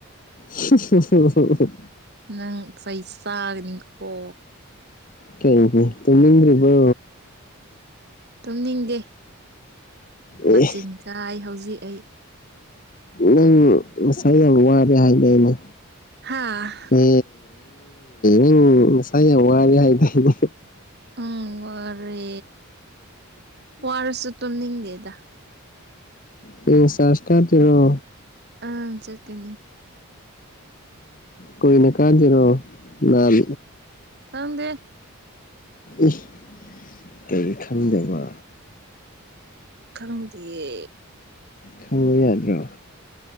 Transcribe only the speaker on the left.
ꯍꯤ ꯍꯤ
ꯀꯩꯒꯤ ꯇꯨꯝꯅꯤꯡꯗ꯭ꯔꯤꯕꯣ
ꯑꯦ
ꯅꯪ ꯉꯁꯥꯏ ꯌꯥꯝ ꯋꯥꯔꯦ ꯍꯥꯏꯗꯅꯦ
ꯌꯦ ꯑꯝ ꯑꯝ ꯉꯁꯥꯏ ꯌꯥꯝ ꯋꯥꯔꯦ ꯍꯥꯏꯗꯥꯏꯅꯦ
ꯍꯌꯦꯡ ꯆ꯭ꯔꯁ ꯀꯥꯗꯣꯏꯔꯣ
ꯀꯨꯏꯅ ꯀꯥꯗꯣꯏꯔꯣ ꯅꯥꯟ
ꯏꯁ ꯀꯔꯤ ꯈꯪꯗꯕ
ꯈꯪꯕ ꯌꯥꯗ꯭ꯔꯣ